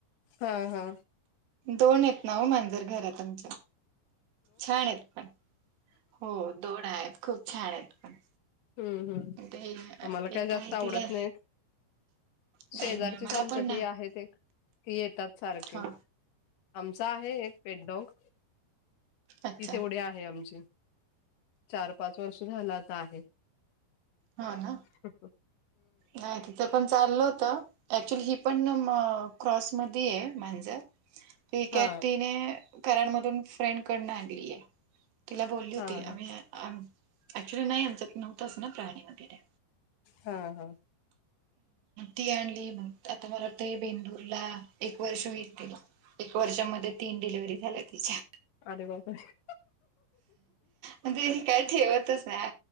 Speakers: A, on the left; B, on the right.
A: हा हा.
B: दोन आहेत ना हो मांजर घरात आमच्या छान आहेत पण. हो दोन आहेत खूप छान आहेत.
A: हम्म हम्म
B: ते
A: आम्हाला काय
B: एक
A: जास्त
B: आहे
A: आवडत
B: तिला
A: नाहीत.
B: नाही
A: शेजारचीच
B: नाही आम्हाला
A: आमच्या
B: पण
A: ती आहेत एक ती येतात सारखी.
B: हा.
A: आमचा आहे एक पेटडॉग
B: अच्छा
A: ति तेवढे आहे आमची. चार पाच वर्ष झाला आता आहे.
B: हा.
A: ह.
B: नाही. पण चालल होत ऍक्च्युली ही पण क्रॉस मध आहे मांजर. ठीक
A: हा
B: आहे तिने कराडमधून फ्रेंड कडून आणली आहे. तिला बोलली होती
A: हा हा
B: आम्ही ऍक्च्युली नाही आमचत नव्हतंच ना प्राणी वगैरे.
A: हा हा.
B: ती आणली आता मला वाटते बेंदूरला. एक वर्ष होईल तिला एक वर्षामध्ये तीन डिलिव्हरी झाल्या तिच्या.
A: अरे बापरे!
B: म्हणजे काय ठेवतच ना.